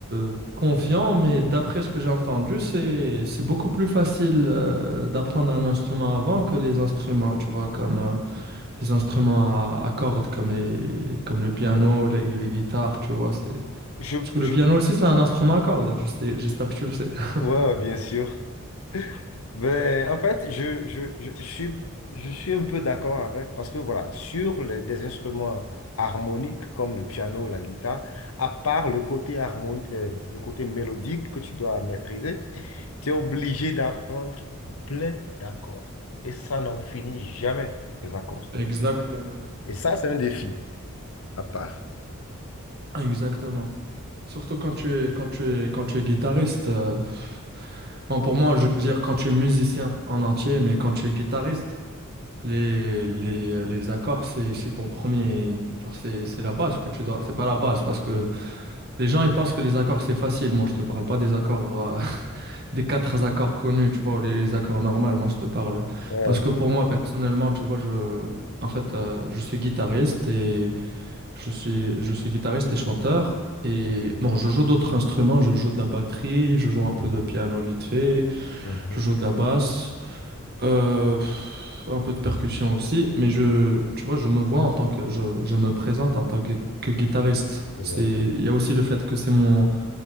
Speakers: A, on the right; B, on the left.
A: euh, confiant, mais d'après ce que j'ai entendu, c'est c'est beaucoup plus facile euh, d'apprendre un instrument avant que les instruments, tu vois, comme euh, les instruments à, à cordes comme les comme le piano, les, les guitares, tu vois, c'est
B: Je,
A: parce que
B: je,
A: le piano aussi c'est un instrument à cordes, je sais, j'espère que tu le sais. <laughs>
B: ouais, bien sûr. Ben, en fait, je, je, je, je suis, je suis un peu d'accord avec, parce que voilà, sur les, des instruments harmoniques comme le piano, la guitare, à part le côté harmon- euh, le côté mélodique que tu dois maîtriser, tu es obligé d'apprendre plein d'accords. Et ça n'en finit jamais, les accords.
A: Exactement. Exactement.
B: Et ça, c'est un défi à part.
A: Exactement. Surtout quand tu es, quand tu es, quand tu es guitariste. euh, pff. Bon, pour moi, je veux dire quand tu es musicien en entier, mais quand tu es guitariste, les, les, les accords, c'est, c'est ton premier. Genre, c'est, c'est la base que tu dois. C'est pas la base, parce que les gens, ils pensent que les accords, c'est facile. Moi, je te parle pas des accords, euh, <laughs> des quatre accords connus, tu vois, ou les, les accords normaux. Moi, je te parle.
B: Ouais.
A: Parce que pour moi, personnellement, tu vois, je. En fait, euh, je suis guitariste et je suis, je suis guitariste et chanteur. Et
B: ouais.
A: bon, je joue d'autres instruments. Je joue de la batterie, je joue un peu de piano vite fait,
B: Mhm.
A: je joue de la basse, euh, un peu de percussion aussi. Mais je, tu vois, je me vois en tant que, je, je me présente en tant que, que guitariste.
B: Ouais.
A: C'est, il y a aussi le fait que c'est mon,